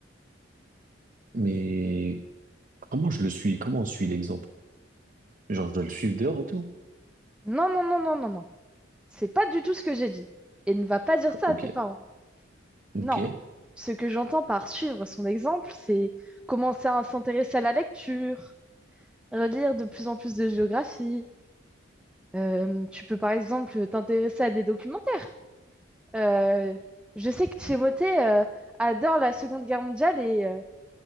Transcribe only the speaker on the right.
Mais comment je le suis? Comment on suit l'exemple? Genre, je dois le suivre dehors et tout?
Ah,
ok.
Ok.